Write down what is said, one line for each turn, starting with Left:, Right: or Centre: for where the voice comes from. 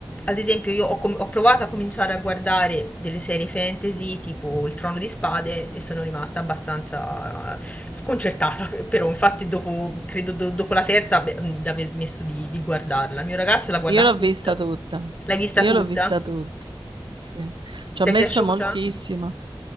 Left: ad esempio, io ho, com- ho provato a cominciare a guardare delle serie fantasy tipo Il Trono di Spade e sono rimasta abbastanza eh, sconcertata. <laughs> Però, infatti, dopo, credo do- dopo la terza beh, mh, di aver smesso di, di guardarla. Il mio ragazzo l'ha guardata
Right: Io l'ho
Left: tutta.
Right: vista tutta,
Left: L'hai vista
Right: io
Left: tutta?
Right: l'ho vista tutta, sì. Ci ho
Left: Ti
Right: messo
Left: è piaciuta?
Right: moltissimo,